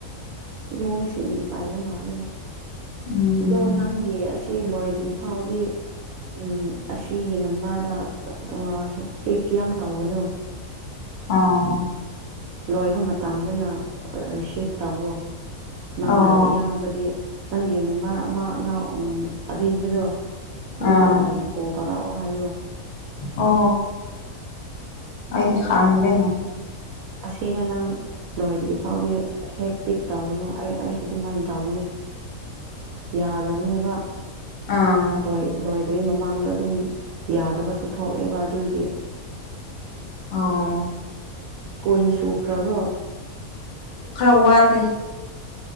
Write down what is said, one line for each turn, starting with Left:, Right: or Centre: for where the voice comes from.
Right: ꯏꯃꯨꯡꯁꯤꯡꯒꯤ ꯄꯥꯏꯕ ꯃꯥꯜꯂꯦ
Left: ꯎꯝ
Right: ꯑꯗꯣ ꯅꯪꯒꯤ ꯑꯁꯤ ꯁꯤ ꯂꯣꯏꯗ꯭ꯔꯤ ꯐꯥꯎꯗꯤ ꯎꯝ ꯑꯁꯤꯒꯤ ꯅꯝꯕꯔꯗ ꯑꯥ ꯄꯤꯛ ꯌꯥꯝ ꯇꯧꯒꯅꯨ
Left: ꯑꯥ
Right: ꯂꯣꯏꯕ ꯃꯇꯝꯗꯅ ꯔꯤꯁꯤꯞ ꯇꯧꯋꯣ ꯅꯪꯅ
Left: ꯑꯣ
Right: ꯑꯌꯥꯝꯕꯗꯤ ꯅꯪꯒꯤ ꯅꯝꯕꯔ ꯑꯃ ꯑꯅꯥꯎ ꯎꯝ ꯑꯔꯤꯕꯗꯨ ꯑꯗꯨꯗ
Left: ꯑꯥ
Right: ꯑꯣꯏꯅ ꯀꯣꯜ ꯇꯧꯔꯛꯑꯣ ꯍꯥꯏꯌꯣ
Left: ꯑꯣ ꯑꯩꯗꯤ ꯈꯪꯗ꯭ꯔꯦꯅꯦ
Right: ꯑꯁꯤꯗ ꯅꯪ ꯂꯣꯏꯗ꯭ꯔꯤ ꯐꯥꯎꯗꯤ ꯍꯦꯛ ꯄꯤꯛ ꯇꯧꯒꯅꯨ ꯑꯩ ꯑꯩꯁꯨ ꯑꯗꯨꯃꯥꯏꯅ ꯇꯧꯕꯅꯦ
Left: <inaudible>
Right: ꯌꯥꯗꯕꯅꯦꯕ
Left: ꯑꯥ
Right: ꯂꫭꯏ ꯂꯣꯏꯗ꯭ꯔꯤ ꯃꯃꯥꯡꯗ ꯑꯗꯨꯝ ꯌꯥꯗꯕꯁꯨ ꯊꯣꯛꯑꯦꯕ ꯑꯗꯨꯒꯤ
Left: ꯑꯧ
Right: ꯀꯨꯟ ꯁꯨꯈ꯭ꯔꯕ꯭ꯔꯣ
Left: ꯈꯔ ꯋꯥꯠꯂꯤ